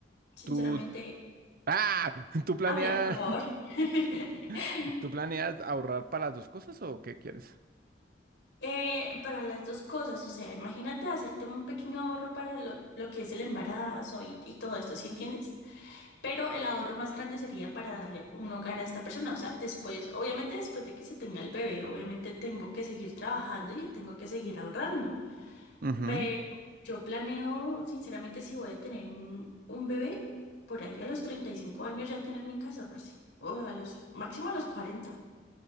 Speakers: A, on the left; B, on the right.
A: sinceramente,
B: tú... ¡Ah! <laughs> ¿Tú planeas,
A: habla, por favor. <laughs>
B: <laughs> tú planeas ahorrar para las dos cosas o qué quieres?
A: Eh, para las dos cosas, o sea, imagínate hacerte un pequeño ahorro para lo, lo que es el embarazo y, y todo esto, ¿sí entiendes? Pero el ahorro más grande sería para darle un hogar a esta persona, o sea, después, obviamente después de que se tenga el bebé, obviamente tengo que seguir trabajando y tengo que seguir ahorrando.
B: Ujú,
A: Pero yo planeo, sinceramente, si voy a tener un, un bebé, por ahí a los 35 años ya tener mi casa, parce. O a los, máximo a los cuarenta